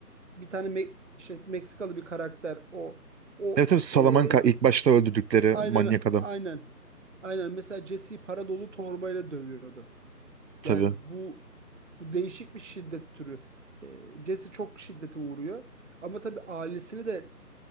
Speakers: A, on the right; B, on the right.
A: bir tane Me- işte Meksikalı bir karakter o o
B: Evet evet Salamanca
A: e,
B: ilk başta öldürdükleri
A: aynen
B: manyak adam.
A: aynen aynen mesela Jesse'yi para dolu torbayla dövüyordu.
B: Tabii.
A: Yani bu bu değişik bir şiddet türü. E, Jesse çok şiddete uğruyor ama tabii ailesini de